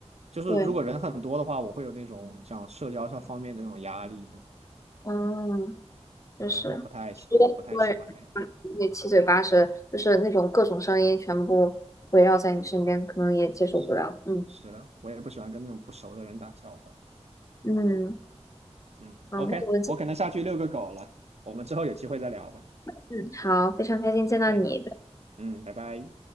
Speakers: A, on the right (about 65°); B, on the left (about 25°).
A: 就是如果人很多的话，
B: 对，
A: 我会有那种像社交上方面的那种压力对
B: 嗯，就是，
A: 对，我不太喜，
B: 因为
A: 我不太喜欢那个。
B: 很多对，也七嘴八舌，就是那种各种声音全部围绕在你身边，可能也接受不了。
A: 是是的，
B: 嗯
A: 我也不喜欢跟那种不熟的人打交道。
B: 嗯，
A: 嗯，OK，
B: 好，那我们今。
A: 我可能下去遛个狗了，我们之后有机会再聊吧。
B: 嗯，好，非常开心见到你。
A: OK，嗯，拜拜。